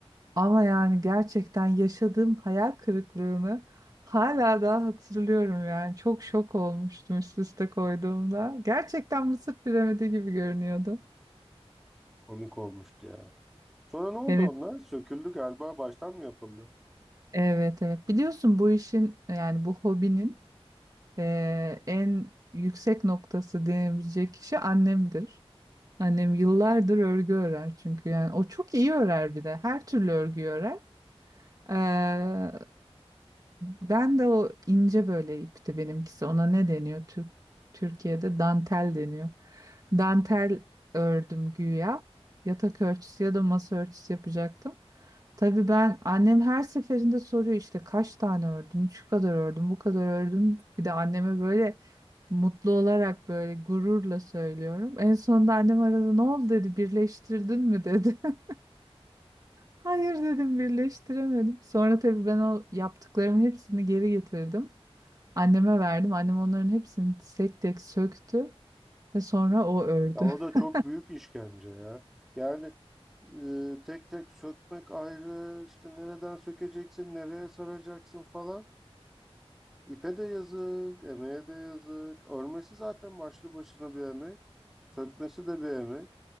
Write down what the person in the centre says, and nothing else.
Komik olmuştu ya. Sonra ne oldu
onlar? Söküldü galiba baştan mı yapıldı?
Ya o da çok
büyük işkence ya. Yani e, tek tek sökmek ayrı, işte nereden sökeceksin, nereye saracaksın falan. İpe de yazık, emeğe de yazık. Örmesi zaten başlı başına bir emek. Sökmesi de bir emek.